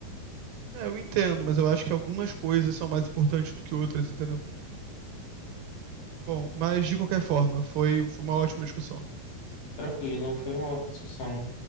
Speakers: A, on the right (about 75°); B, on the left (about 70°).
A: É, eu entendo, mas eu acho que algumas coisas são mais importantes do que outras, entendeu? Bom, mas de qualquer forma, foi, foi uma ótima discussão.
B: Tranquilo, foi uma ótima discussão.